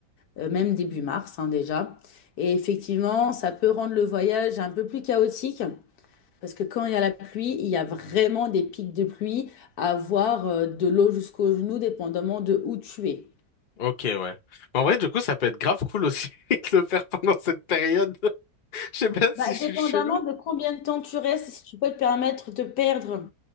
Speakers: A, on the left (about 65°); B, on the left (about 80°).
A: euh, même début mars hein, déjà. Et effectivement, ça peut rendre le voyage un peu plus chaotique parce que quand il y a la pluie, il y a vraiment des pics de pluie à avoir euh, de l'eau jusqu'aux genoux, dépendamment de où tu es.
B: Ok, ouais. Mais en vrai, du coup, ça peut être grave cool aussi <laughs> de le faire pendant cette période. <laughs> Je sais pas si
A: Bah,
B: je suis
A: dépendamment
B: chelou.
A: de combien de temps tu restes, si tu peux te permettre de perdre